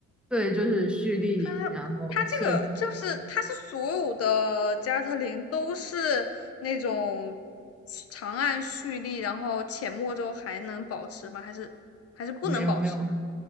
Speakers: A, in the centre; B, on the left (about 50°).
A: 对，就是蓄力，
B: 它
A: 然后射，
B: 它这个就是它是所有的加特林都是那种长按蓄力，然后浅墨之后还能保持吗？还是还是不能保持呢？
A: 没有没有，